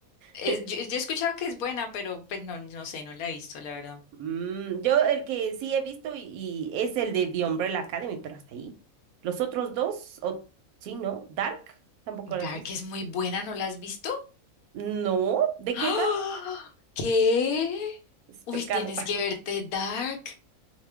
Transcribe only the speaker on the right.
<laughs>
Mm, yo el que sí he visto y, y es el de The Umbrella Academy, pero hasta ahí. Los otros dos, o sí, ¿no? Dark, tampoco lo
has visto.
No,
¿de
qué trata?
Es
pecado,
<laughs>